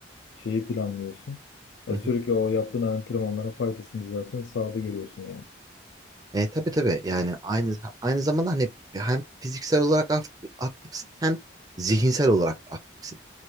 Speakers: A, on the left; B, on the right.
A: şeyi planlıyorsun. Ya
B: hı
A: sürekli
B: hı.
A: o yaptığın antrenmanların faydasını zaten sahada görüyorsun yani.
B: E, tabii tabii yani aynı aynı zamanda hani hem fiziksel olarak af- aktifsin hem zihinsel olarak da aktifsin.